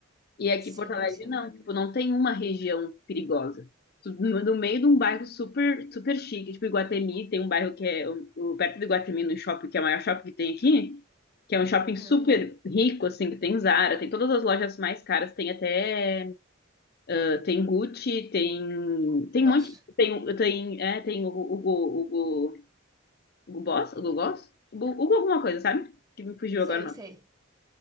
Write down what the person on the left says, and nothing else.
E aqui
em Porto Alegre
não, tipo, não tem uma região perigosa. Tu- No no meio de um bairro super, super chique, tipo Iguatemi, tem um bairro que é o- o- perto do Iguatemi, no shopping, que é o maior shopping que tem aqui, que é um shopping
super rico, assim, que tem Zara, tem todas as lojas mais caras, tem até, eh, tem Gucci, tem, tem
um monte, tem, o- tem, é, tem o Hugo, Hugo, Hugo Boss, Hugo Boss, Hugo Hugo alguma coisa, sabe? Que me fugiu
agora
o